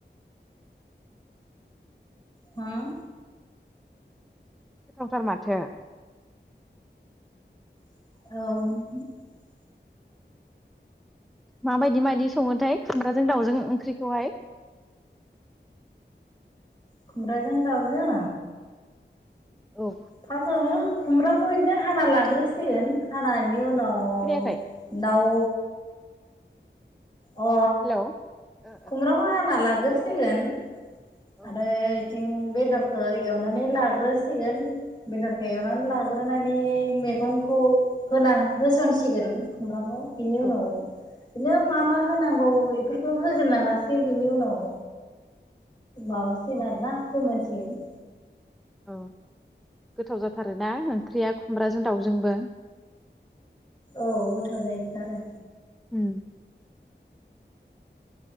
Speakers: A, on the left; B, in the centre.
A: होम
B: गोथावथार माथो।
A: औ
B: मा बायदि मायदि सङोथाय खुमब्राजों दाउजों ओंख्रिखौहाय?
A: खुमब्राजों दावजों
B: औ
A: फासावनो खुमब्राखौ इदिनो हाना लाग्रोसिगोन हाना नि उनाव
B: खोनायाखै
A: दाव अ
B: हेलौ ओ
A: खुमब्राखौ हाना ला गोरसिगोन
B: ओ
A: आरो इथिं बेदरखौ एवनानै लाग्रोसिगोन। बेदरखो एवनानै
B: औ
A: लाग्रोना बे मेगंखौ होना होसनसिगोन खुमब्राखौ। बेनि
B: औ
A: उनाव बिदिनो मा मा होनांगौ इफोरखौ होजेबना लासै बिनि उनाव माबा <unintelligible> फोमोनसिगोन।
B: अ गोथाव जाथ थारोना ओंख्रिया खुमब्राजों दाउजोंबो।
A: औ गोथाव जायोथ' आरो।
B: उम।